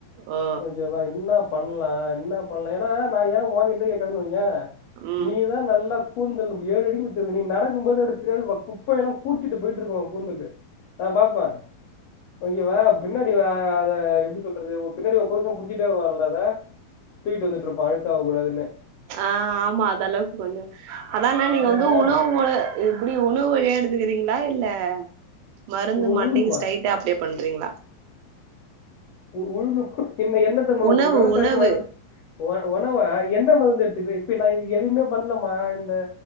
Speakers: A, on the right; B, on the left.
A: ஓ
B: கொஞ்சவா என்ன பண்லா என்ன பண்லா ஏனா நா யே ஓங்கிட்ட கேக்குரேனு வய்யே
A: ம்
B: நீதா நல்லா கூந்தல் ஏழடிக்கு வச்சுருக்க நீ நடக்கும்போதே அப்டியே குப்ப எல்லா கூட்டிட்டு போயி ட்ருக்கும் ஒ கூந்தலு நா பாப்ப ஓகேவா பின்னாடி அத எப் சொல்றது ஒ பின்னாடி ஒ புருச புடிச்சுட்டே வர்னு அத தூக்கிட்டு வந்துட்ருப்பா அழுக்காவ கூடாதுனு
A: ஆ ஆமா அத அளவுக் கொஞ்சோ அதான்ன நீங்க
B: அ
A: வந்து
B: அதா
A: உணவு மொல எப்டி ஒணவு வழியா எடுத்துக்குறீங்களா இல்ல மருந்து
B: உ
A: மண்டைக்கி
B: உழுணுமா
A: ஸ்டைட் டா அப்டியே பண்றீங்ளா
B: உ உழனு என்ன என்னத்தம்மா
A: உணவு
B: உ விவசாயோ
A: உணவு
B: பண்ற ஒ ஒணவ எந்த மருந்து எடுத்துக்கனு இப்ப நா இது எதுவுமே பண்லமா இந்த